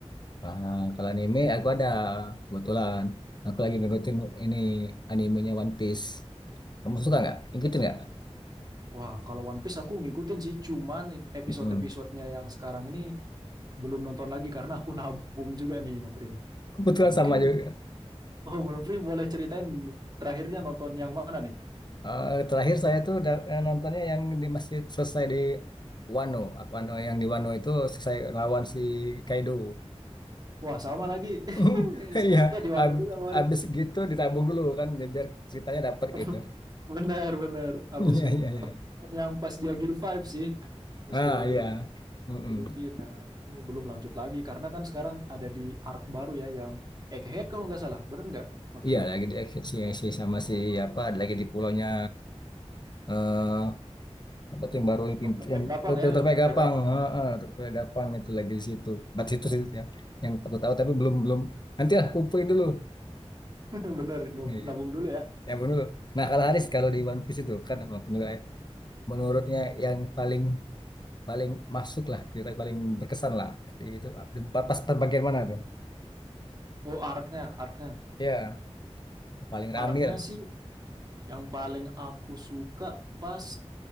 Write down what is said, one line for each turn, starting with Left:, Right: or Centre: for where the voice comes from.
Left: Ah, kalau anime aku ada kebetulan. Aku lagi ngikutin ini animenya One Piece. Kamu suka nggak? Ikutin nggak?
Right: Wah, kalau One Piece aku ngikutin sih, cuman episode-episodenya
Left: Mm-mm.
Right: yang sekarang ini belum nonton lagi karena aku nabung juga nih Nofri. nih.
Left: Kebetulan
Right: Ah, mungkin
Left: sama juga.
Right: Oh, belum free boleh ceritain terakhirnya nonton yang mana nih?
Left: Ah, terakhir saya tuh udah eh, nontonnya yang di masjid selesai di Wano. Wano yang di Wano itu selesai lawan si Kaido.
Right: Wah, sama lagi. <laughs>
Left: <laughs>
Right: Selesainya
Left: Iya,
Right: di mana
Left: ab-
Right: juga kemarin.
Left: abis gitu ditabung dulu kan biar ceritanya dapet
Right: <laughs>
Left: gitu. <laughs>
Right: Bener, bener. Abis
Left: Iya, iya, iya.
Right: yang pas dia Gear 5 sih. Pas
Left: Ah,
Right: dia
Left: iya.
Right: Gear 5
Left: Mm-mm.
Right: si Luffy. Nah, ini belum lanjut lagi karena kan sekarang ada di arc baru ya yang Egghead kalau nggak salah. Bener nggak? Oke.
Left: Iya lagi di si, si sama si apa lagi di pulaunya eh apa tuh yang baru pintu
Right: Dokter
Left: yang
Right: Vegapang
Left: eh,
Right: ya,
Left: Terpai
Right: Dokter
Left: Gapang
Right: Vegapang.
Left: heeh, Terpai Gapang itu lagi di situ bat situ sih yang yang aku tahu tapi belum belum nanti lah kumpulin dulu
Right: <laughs> Bener,
Left: iya
Right: nabung dulu ya.
Left: ya belum dulu nah kalau Haris kalau di One Piece itu kan walaupun juga ya, menurutnya yang paling paling masuk lah kita paling berkesan lah di itu di- pas bagian mana tuh
Right: Oh, arc-nya, arc-nya.
Left: Iya paling rame
Right: Arc-nya
Left: lah
Right: sih Yang paling aku suka pas